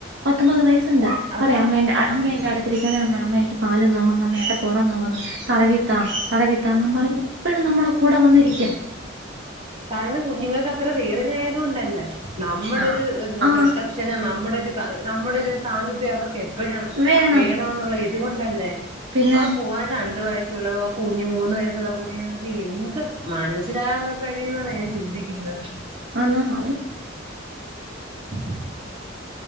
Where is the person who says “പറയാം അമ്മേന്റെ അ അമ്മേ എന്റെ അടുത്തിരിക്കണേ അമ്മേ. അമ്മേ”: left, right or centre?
Right